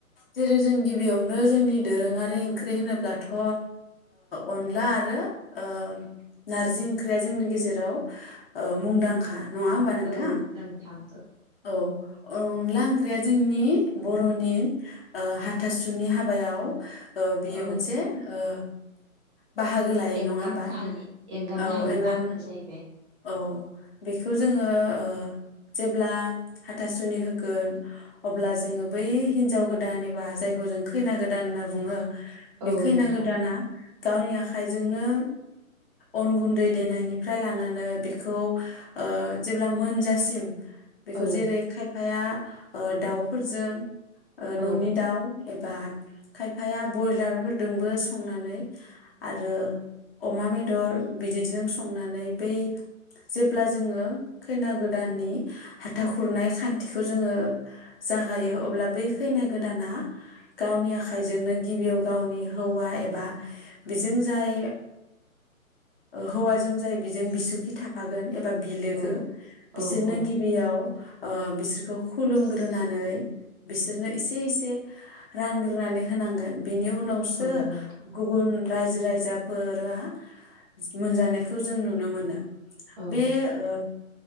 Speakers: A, on the left; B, on the right.
A: जेरै जों गिबियावनो जोंनि दोरोङारि ओंख्रि होनोब्लाथ ओ अनला आरो ओ नारजि ओंख्रिया जोंनि गेजेराव ओ मुंदांखा नङा होमबा नोंथां?
B: औ नोंथां
A: औ औ अनला ओंख्रिया जोंनि बर'नि ओ हाथासुनि हाबायाव ओ बियो
B: औ
A: मोनसे ओ बाहागो लायो
B: एंगारनो
A: नङा होमबा
B: हायि एंगारनो
A: औ
B: हायि
A: एंगारनो
B: बाहागो जाहैबाय।
A: औ बेखौ जोङो ओ जेब्ला हाथासुनि होगोन अब्ला जोङो बै हिनजाव गोदान एबा जायखौ जों खैना गोदान होनना बुङो।
B: औ
A: बे खैना
B: नोंथां
A: गोदाना गावनि आखाइजोंनो अन गुनदै देनायनिफ्राय लानानै म बेखौ जेब्ला मोनजासिम बेखौ
B: औ
A: जेरै खायफाया ओ दाउफोरजों न'नि
B: औ
A: दाउ एबा खायफाया बयलारफोरजोंबो संनानै आरो अमा बेदर बिददिजों संनानै बै जेब्ला जोङो खैना गोदाननि हाथा खुरनाय खानथिखौ जोङो जागायो अब्ला बै खैना गोदाना गावनि आखाइजोंनो गिबियाव गावनि हौवा एबा बेजों जाय हौवाजों जाय बेजों बिसुखि थाफागोन एबा बिलोगो
B: औ
A: बिसोरनो
B: औ औ
A: गिबियाव ओ बिसोरखौ खुलुमग्रोनानै बिसोरनो एसे एसे रानग्रोनानै होनांगोन बिनि उनावसो
B: औ नोंथां
A: गुबुन रायजो राजाफोरा मोनजानायखौ जों नुनो मोनो
B: औ
A: बे ओ